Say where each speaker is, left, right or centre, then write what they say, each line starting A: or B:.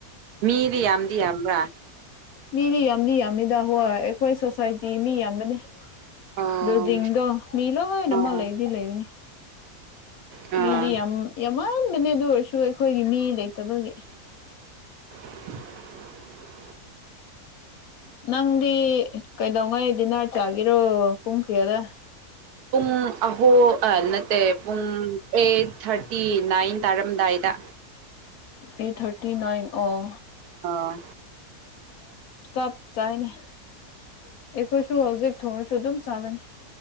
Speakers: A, on the right (about 80°); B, on the left (about 70°).
A: ꯃꯤꯗꯤ ꯌꯥꯝ ꯌꯥꯝꯗ ꯌꯥꯝ
B: ꯃꯤꯗꯤ ꯌꯥꯝꯅꯤ ꯌꯥꯝꯃꯤꯗ ꯍꯣꯏ ꯑꯩꯈꯣꯏ ꯁꯣꯁꯥꯏꯇꯤ ꯃꯤ ꯌꯥꯝꯕꯅꯦ
A: ꯑꯣ
B: ꯖꯗꯣ ꯃꯤꯂ ꯍꯣꯏ
A: ꯑꯣ
B: ꯑꯃ ꯂꯩꯗꯤ ꯂꯩꯅꯤ
A: ꯑꯥ
B: ꯃꯤꯗꯤ ꯌꯥꯝ ꯌꯥꯝꯃꯥꯟꯕꯅꯦ ꯑꯗꯨ ꯑꯣꯏꯔꯁꯨ ꯑꯩꯈꯣꯏꯒꯤ ꯃꯤ ꯂꯩꯇꯕꯒꯤ
A: <inaudible>
B: ꯅꯪꯗꯤ ꯀꯩꯗꯧꯉꯩ ꯗꯤꯅꯔ ꯆꯥꯒꯤꯔꯣ ꯄꯨꯡ ꯀꯌꯥꯗ
A: ꯄꯨꯡ ꯑꯍꯣ ꯅꯠꯇꯦ ꯄꯨꯡ ꯑꯩꯠ ꯊꯥꯔꯇꯤ ꯅꯥꯏꯟ ꯇꯥꯔꯝꯗꯥꯏꯗ
B: ꯑꯦꯠ ꯊꯥꯔꯇꯤ ꯅꯥꯏꯟ ꯑꯣ
A: ꯑꯥ
B: ꯆꯞ ꯆꯥꯏꯅꯦ ꯑꯩꯈꯣꯏꯁꯨ ꯍꯧꯖꯤꯛ ꯊꯣꯡꯅꯁꯨ ꯑꯗꯨꯝ ꯆꯥꯕꯅꯤ